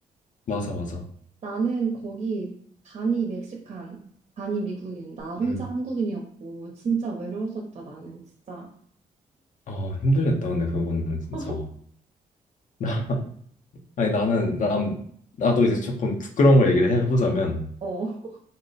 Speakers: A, on the left (about 60°); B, on the right (about 45°).
A: 맞아 맞아.
B: 나는 거기 반이 멕시칸, 반이 미국인, 나 혼자
A: 응.
B: 한국인이었고, 진짜 외로웠었다, 나는 진짜.
A: 아 힘들겠다 근데 그거는 진짜.
B: <laughs>
A: <laughs> 아니 나는 난 나도 이제 조금 부끄러운 걸 얘기를 해보자면
B: 어,